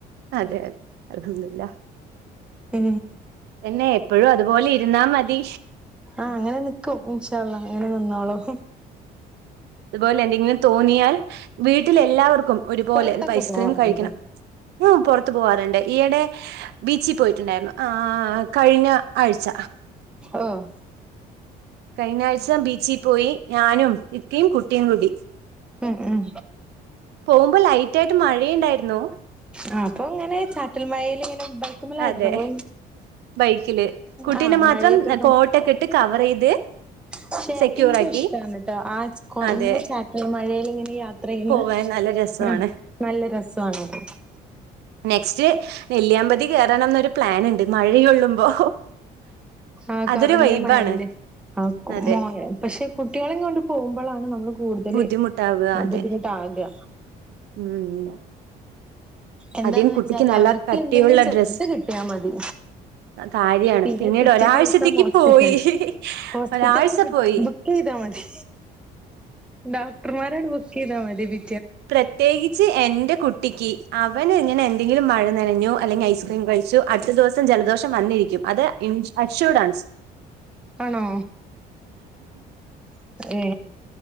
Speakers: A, on the right; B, in the centre.
A: അതെ അതെ അൽഹംദുരില്ല
B: ഏ
A: എന്നെ എപ്പോഴും അതുപോലെ ഇരുന്നാ മതി.
B: ആഹ് അങ്ങനെ നിക്കും ഇഷഅള്ളാ അങ്ങനെ നിന്നോളും.
A: തുപോലെ എന്തെങ്കിലും തോന്നിയാൽ വീട്ടിലെല്ലാവർക്കും ഒരുപോലെ
B: പുറത്തൊക്കെ
A: ഒരു ഐസ്ക്രീം
B: പോവാറുണ്ടോ?
A: കഴിക്കണം ഞാൻ പെറ ത്ത് പോകാറുണ്ട് ഈയിടെ ബീച്ചിൽ പോയിട്ടുണ്ടായിരുന്നു ആ കഴിഞ്ഞ ആഴ്ച്ച
B: ഓഹ്
A: കഴിഞ്ഞ ആഴ്ച ബീച്ചിൽ പോയി ഞാനും ഇക്കയും കുട്ടിയും കൂടി
B: ഉം ഉം
A: പോകുമ്പോ ലൈറ്റ് ആയിട്ട് മഴയുണ്ടായിരുന്നു.
B: ആ അപ്പൊ അങ്ങനെ ചാറ്റൽ മഴയിൽ ഇങ്ങനെ ബൈക്കുമ്മലായിരുന്നു
A: അതെ
B: അപ്പൊ
A: ബൈക്കില് കുട്ടീനെ
B: ആ
A: മാത്രം
B: മഴയൊക്കെ
A: കോട്ടോക്കെ ഇട്ട് കവർ ചെയ്ത്
B: ക്ഷെ
A: സെക്യൂർ
B: എനിക്കും
A: ആക്കി
B: ഇഷ്ടാണട്ടോ ആ കുറഞ്ഞ
A: അതെ
B: ചാറ്റമയേൽ ഇങ്ങനെയാ ത്രയ്യിന്ന്
A: പോവാൻ നല്ല രസമാണ്
B: ആഹ് നല്ല രസാണോത്.
A: നെക്സ്റ്റ് നെല്ലിയാപതി തി കറണംന്നൊരു പ്ലൻ ഉണ്ട് മഴയൊള്ളുമ്പോ.
B: ആ
A: അതൊരു
B: കുറഞ്ഞ
A: വൈബാണ്.
B: മഴയില് ആ
A: അതെ
B: മോ പക്ഷെ കുട്ടികളെയും കൊണ്ട് പോകുമ്പോഴാണ് നമ്മള് കൂടുതൽ
A: ബുദ്ധിമുട്ടാവുക അതെ
B: ബുദ്ധിമുട്ട് ആവുക
A: ഉം
B: എന്താന്ന്
A: അധികം കുട്ടിക്ക്
B: വെച്ചാല്
A: നല്ല
B: അവർക്ക്
A: കട്ടിയുള്ള
B: എന്തെങ്കിലും ചെറുത്
A: ഡ്രസ്സ്
B: കിട്ടിയാൽ മതി
A: കാര്യാണ്
B: പിന്നെ
A: പിന്നീട്
B: പിറ്റേദിവസം
A: ഒരാഴ്ചത്തേക്ക്
B: ഹോസ്പിറ്റൽ
A: പോയി
B: ഹോസ്പിറ്റലാണ്ട്
A: ഒരാഴ്ച പോയി
B: ബുക്ക് ചെയ്ത് തെ മതി ഡോക്ടർമാരാണ് ബുക്ക് യ്താ മതി പി
A: പ്രത്യേകിച്ച് എൻ്റേ കുട്ടിക്ക് അവന് ഇങ്ങനെ എന്തെങ്കിലും മഴ നനഞ്ഞു അല്ലെങ്കിൽ ഐസ്ക്രീം കഴിച്ചു അടുത്ത ദിവസം ജലദോഷം വന്നിരിക്കും ഇൻ അച്ചൂടാണ്
B: ആണോ ഏ